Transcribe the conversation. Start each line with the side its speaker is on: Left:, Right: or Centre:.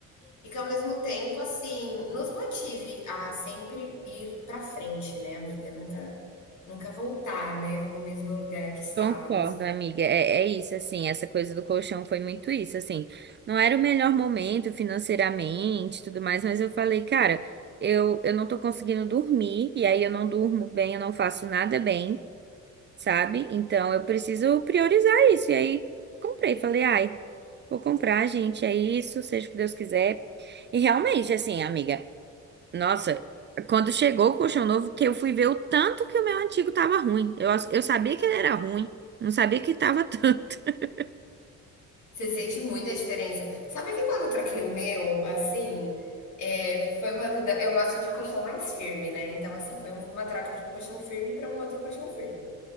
Left: e que ao mesmo tempo, assim, nos motive a sempre ir para frente, né, amiga? Nunca, nunca voltar, né, para o mesmo lugar que estávamos.
Right: Concordo, amiga. É, é isso, assim, essa coisa do colchão foi muito isso, assim. Não era o melhor momento financeiramente, e tudo mais, mas eu falei, cara, eu, eu não tô conseguindo dormir, e aí eu não durmo bem, eu não faço nada bem, sabe? Então eu preciso priorizar isso. E aí comprei, falei, ai, vou comprar, gente, é isso, seja o que Deus quiser. E realmente, assim, amiga. Nossa, quando chegou o colchão novo, que eu fui ver o tanto que o meu antigo tava ruim. Eu, eu sabia que ele era ruim, não sabia que tava tanto. <laughs>
Left: Você sente muita diferença. Sabe que quando eu troquei o meu, assim, é, foi uma mudança. Eu gosto de colchão mais firme, né? Então, assim, foi um, uma troca de um colchão firme para um outro colchão firme.